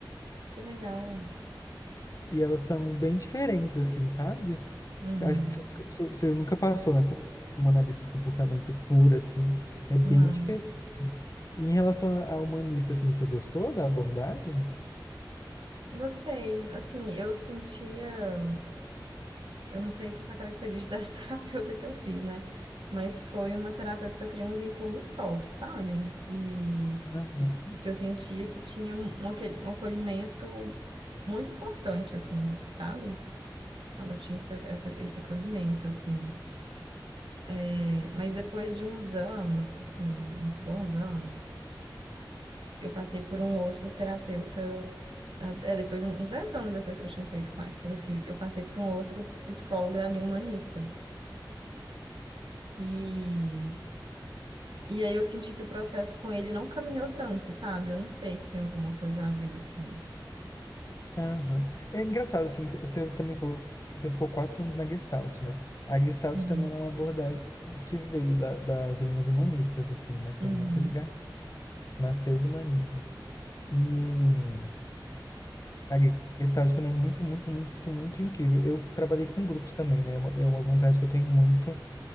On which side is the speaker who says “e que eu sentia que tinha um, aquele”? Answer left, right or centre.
Right